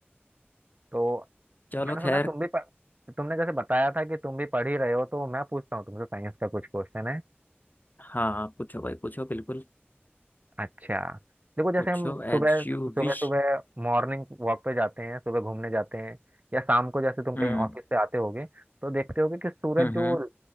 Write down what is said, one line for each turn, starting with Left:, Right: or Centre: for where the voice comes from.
Right: तो
Left: चलो
Right: मैंने सुना
Left: खैर
Right: तुम भी पढ़ तुमने जैसे बताया था कि तुम भी पढ़ ही रहे हो तो मैं पूछता हूँ तुमसे साइंस का कुछ क्वेश्चन है
Left: हाँ पूछो भाई पूछो बिल्कुल
Right: अच्छा देखो जैसे
Left: पूछो
Right: हम सुबह
Left: as
Right: सुबह
Left: you wish
Right: सुबह मॉर्निंग वॉक पे जाते हैं सुबह घूमने जाते हैं या शाम को जैसे तुम कहीं
Left: Hmm
Right: ऑफिस से आते होगे तो देखते होगे कि सूरज
Left: Hmm
Right: जो
Left: hmm,